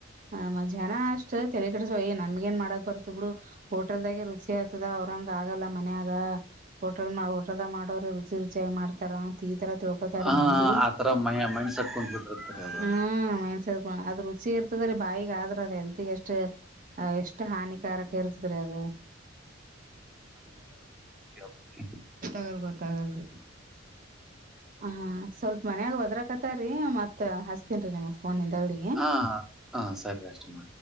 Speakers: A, on the right (about 45°); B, in the centre.
A: ನಮ್ಮ ಜನ ಅಷ್ಟ್ ತಲೆ ಕಡಸಯಿ ನಮ್ಗಏನ್ ಮಾಡಕ್ ಬರ್ತ ಬಿಡು ಹೋಟೆಲ್ದಾಗೆ ರುಚಿ ಆಯ್ತದ ಅವ್ರಂಗ ಆಗಲ್ಲ ಮನ್ಯಾಗ ಹೋಟೆಲ್ ಹೋಟೆದಾಗ ಮಾಡೋ್ರೆ ರುಚಿ ರುಚಿ ಆತ ಮಾಡ್ತಾರ ಈ ತರ ಒದರುು
B: ಆ
A: ಮಂದ
B: ಆತರ ಮೈ ಮೈಂಡ್ ಸೆಟ್ ಕುಂತ್ ಬಿಟ್ಟಿರ್ತರಿ ಅದು
A: ಹ್ಮ ಕೋ ಅದು ರುಚಿ ಇರ್ತದ್ರೀ ಬಾಯಿಗ ಆದ್ರ ಅ್ ಹೆಲ್ತ್ಗೆ ಎಷ್ಟು ಅ ಎಷ್ಟು ಹಾನಿಕಾರಕ್ಕೆ ಇರ್ತಿದ್ರೀ ಅದು
B: ಹ್ಮ್
A: ಆಗಲ್ ಗೊತ್ತಾಗಲ್ರಿ ಹ ಸ್ವಲ್ಪ ಮನ್ಯಾಗ ಒದ್ರಕತಾರಿೀ ಮತ್ ಹಸ್ ನಿಮ್ಮ ಫೋನ್ ತಗಡಿ
B: ಹಾ ಹಾ ಸರಿ ಅಷ್ಟೇ ಮಾಡ್